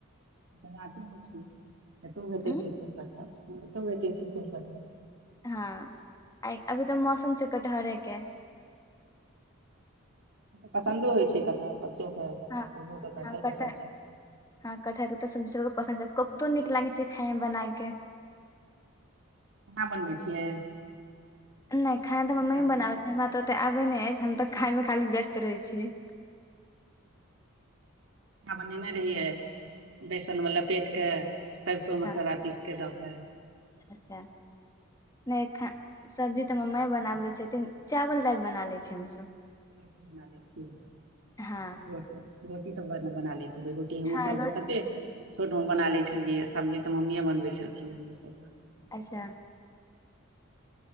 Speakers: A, on the right; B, on the left.
A: बातेमे छी तऽ भेटै
B: उं
A: छै खूब कथा। हँ तऽ, देख, खूब कथा।
B: हँ, आइ अभी तऽ कटहरके मौसम छै।
A: पसन्दो होइ छै, कथा बढ़। कटहरके
B: हँ हँ कटहर
A: सब्जी।
B: हँ, कटहरके तऽ सब्जियो पसन्द छै, कोपतो नीक लागै छै खाइमे, बनाबैके।
A: अहाँ बनबैत छियै?
B: नहि, खाना तऽ
A: कोफ्ता
B: मम्मी बनबैत छै, हमरा तऽ ओते अबैत नहि अछि, हम तऽ खाइमे खाली व्यस्त रहै छियै।
A: बनेने रहियै बेसनमे लपेटि कऽ। सरिसो
B: हँ
A: मसाला पीसि कऽ दऽके।
B: अच्छा, नहि, सब्जी तऽ मम्मी
A: बहुत नीक
B: बनबैत
A: होइ छै
B: छथिन। चाउर दालि बना लै छियै हमसभ।
A: रोटी बना लै छियै,
B: हँ
A: रोटी रोटी तऽ बना ले छियै। रोटी बना लै छियै, रोटी रोटी तऽ
B: हँ रो
A: बना ले छियै। छोटो बना ले छलियै, सब्जी तऽ मम्मीए बनबैत छलखिन हँ।
B: अच्छा